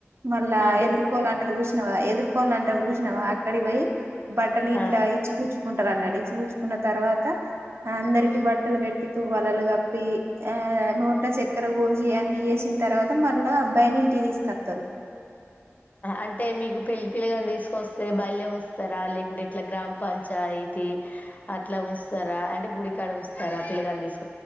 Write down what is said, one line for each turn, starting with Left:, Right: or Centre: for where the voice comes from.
Right: మళ్ళ
Left: అంటే
Right: ఎదుర్కోలంటారు చూస్ నావా ఎదుర్కోలంటారు చూసినవా అక్కడికి పోయి బట్టలు ఇట్లా
Left: ఆ
Right: ఇచ్చిపుచ్ కుంటారన్నడి ఇచ్చి పుచ్చుకున్న తర్వాత అందరికి బట్ ట్టలు పెట్టితూ వలలు కప్పి ఆ నోట్ల చక్కెర పోసి అన్ని చేసిన తర్వాత మళ్ళా అబ్బాయిని ఇంటికి తీస్కత్తారు
Left: అంటే మీకు పెళ్ళి పిలగాని తీసుకొస్తే బయలే ఉంచుతారా లేకుంటే ఇట్లా గ్రామ పంచాయతీ అట్లా ఉంచుతారా అంటే గుడికాడ ఉంచుతారా పిల్లగాని తీసు